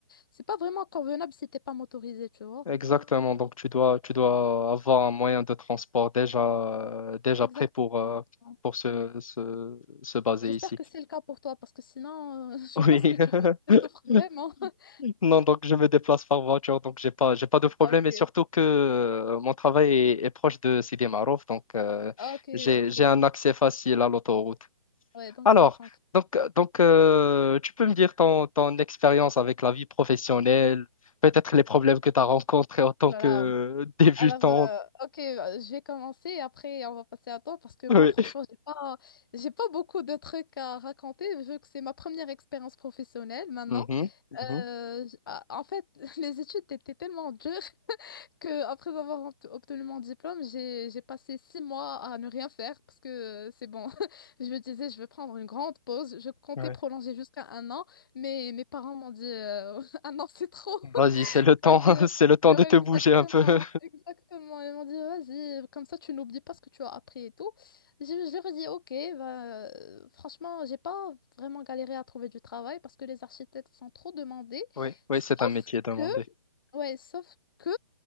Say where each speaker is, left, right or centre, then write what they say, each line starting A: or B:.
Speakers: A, on the left; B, on the left.
A: C'est pas vraiment convenable si t'es pas motorisé, tu vois.
B: Exactement. Donc, tu dois, tu dois avoir un moyen de transport déjà, euh, déjà
A: Exactement.
B: prêt pour, euh, pour se,
A: Ouais.
B: se, se baser
A: J'espère
B: ici.
A: que c'est le cas pour toi, parce que sinon, euh,
B: <laughs>
A: <laughs> je
B: Oui.
A: pense que
B: <laughs>
A: tu, tu souffres vraiment. <laughs>
B: Non, donc je me déplace par voiture, donc j'ai pas, j'ai pas de problème.
A: Ah, Ok,
B: Et surtout que euh, mon travail est, est proche de Sidi Marouf, donc euh,
A: Ah, Ok,
B: j'ai,
A: ok.
B: j'ai un accès facile à l'autoroute.
A: Ouais, donc
B: Alors,
A: c'est tranquille.
B: donc, euh, donc euh, tu peux me dire ton, ton expérience avec la vie professionnelle, peut-être les problèmes que tu as rencontrés en tant
A: Voilà.
B: que <laughs> débutante.
A: Alors, euh, ok, euh, je vais commencer et après on va passer à toi parce que moi,
B: Oui.
A: franchement, j'ai pas, j'ai pas beaucoup de trucs à raconter vu que c'est ma première expérience professionnelle maintenant.
B: Mhm, mhm.
A: Euh, j- ah, en fait, <laughs> les études étaient tellement dures que après avoir obt- obtenu mon diplôme, j'ai j'ai passé six mois à ne rien faire parce que euh, c'est bon. <laughs> Je me disais, je vais prendre une grande pause. Je comptais
B: Ouais.
A: prolonger jusqu'à un an, mais mes parents m'ont dit euh, <laughs> un an c'est trop. <laughs>
B: ouais. Vas-y, c'est le temps,
A: Vas-y.
B: <laughs> c'est le temps
A: Ouais,
B: de te
A: exactement,
B: bouger un peu.
A: exactement. Ils m'ont dit, vas-y, comme ça tu n'oublies pas ce que tu as appris et tout. Je, je leur ai dit, ok, bah, euh, franchement, j'ai pas vraiment galéré à trouver du travail parce que les architectes sont trop demandés.
B: Oui,
A: Sauf
B: oui, c'est un métier demandé.
A: que, ouais, sauf que